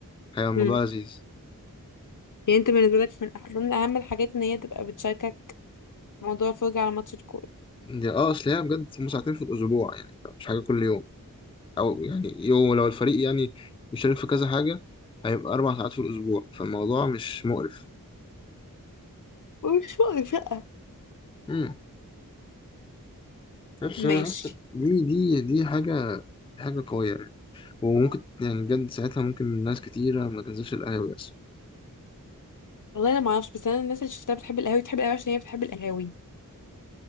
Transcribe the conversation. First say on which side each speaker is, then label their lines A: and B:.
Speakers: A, on the left; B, on the left.
A: هيبقى الموضوع
B: امم
A: لذيذ
B: يعني انت بالنسبة لك من أح- ضمن أهم الحاجات إن هي تبقى بتشاركك موضوع الفرجة على ماتش الكورة
A: دي اه اصل هي بجد هم ساعتين في الاسبوع يعني مش حاجه كل يوم او يعني يوم لو الفريق يعني بيشارك في كذا حاجه هيبقى اربع ساعات في الاسبوع فالموضوع مش مقرف
B: مش واقف لأ
A: امم نفس
B: ماشي
A: انا حاسس دي دي دي حاجه دي حاجه قويه يعني وممكن يعني بجد ساعتها ممكن ناس كتيره ما تنزلش القهاوي اصلا
B: والله انا ما اعرفش بس انا الناس اللي شفتها بتحب القهاوي بتحب القهاوي عشان هي بتحب القهاوي